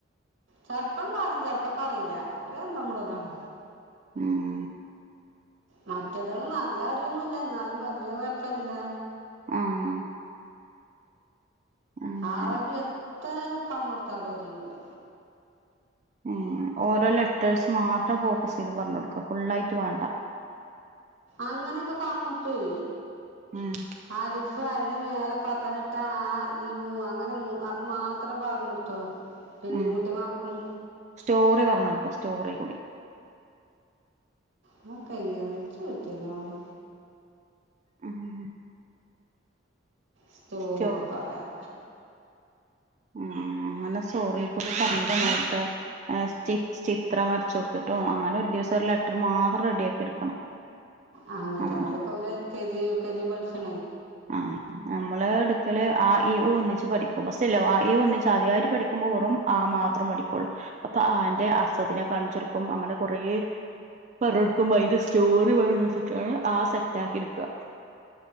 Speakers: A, on the right (about 85°); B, on the right (about 35°).
A: ചെലപ്പം പറയും ചെലപ്പം പറയൂല. ഒരു അന്തോം കൂടുതലാണ്.
B: ഏഹ്
A: മറ്റേതിന് നല്ല അറിവൊന്നുല്ല എന്നാലും വല്യ കൊഴപ്പല്യ.
B: ആഹ്. അങ്ങനെ
A: അറബി എത്ര പറഞ്ഞു കൊടുത്താലു അറിയണീല്ല.
B: ഏഹ് ഓരോ ലെറ്റേഴ്സ് മാത്രം ഫോക്കസ് ചെയ്ത് പറഞ്ഞു കൊടുക്കും ഫുള്ളായിറ്റ് വേണ്ട.
A: അങ്ങനെയൊക്കെ പറഞ്ഞു കൊടുത്തേ
B: ഉം
A: അലിഫ് അയിന് മേലെ ഫത്തഹിട്ട ആ ഈ ഊ അങ്ങനെ അത് മാത്രം പറഞ്ഞൊടുത്തോ പിന്നേം
B: ഉം
A: കുട്ടി മറക്കും.
B: സ്റ്റോറി പറഞ്ഞു കൊടുക്കും സ്റ്റോറീം കൂടി.
A: അഹ് ക്കെ എങനെ ഇച്ച് പറ്റൂല്ല മോളെ
B: ഏഹ്. <unintelligible>
A: സ്റ്റോറിയൊക്കെ
B: സ്റ്റോ
A: പറയാം
B: ആഹ് അങ്ങനെ സ്റ്റോറിയെക്കൂടി പറഞ്ഞ് താ നേരുത്തെ ഏഹ് സ്റ്റിച് ചിത്ര വരച്ച് കൊടുത്തിട്ടോ അങ്ങനെ ഒരു ദിവസം ഒരു ലെറ്റർ മാത്രം റെഡിയാക്കി എടുക്കണം.
A: ആഹ് അങ്ങനത്തെന്നല്ലേ
B: നമ്മള
A: ഇപ്പോ ഇവല് L K G U K ജിയും പഠിച്ണ്.
B: ആഹ്. നമ്മള് എടുക്കല് ആ ഈ ഊ ഒന്നിച്ച് പഠിക്കും. ഫസ്റ്റില്ലേ വാ ഈ ഊ ഒന്നിച്ച് ആദ്യായിട് പഠിക്കുമ്പോ വെറും ആ മാത്രേ പഠിക്കുള്ളു. അപ്പൊ ആന്റെ അസദ്നെ കാണിച്ചൊടുക്കും. അങ്ങനെ കൊറേ പറഞ്ഞൊടുക്കുമ്പോ അതിന്റെ സ്റ്റോറി പറെഞ്ഞൊടുത്തിട്ടാണ് ആ സെറ്റാക്കി എടുക്കുക